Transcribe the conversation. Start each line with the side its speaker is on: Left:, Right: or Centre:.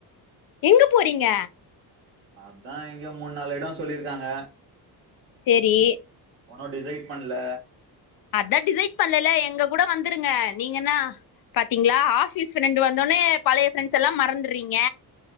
Left: எங்க போறீங்க
Right: அதான் எங்க மூணு நாலு இடம் சொல்லிருக்காங்க
Left: சேரி
Right: ஒன்னும் டிசைட் பண்ணல
Left: அதான் டிசைட் பண்ணலல எங்க கூட வந்துருங்க நீங்கனா பாத்தீங்களா ஆஃப் குட்டிஸ் ரெண்டு வந்தோனே பழய பிரண்ட்ஸ் எல்லாம் மறந்துறீங்க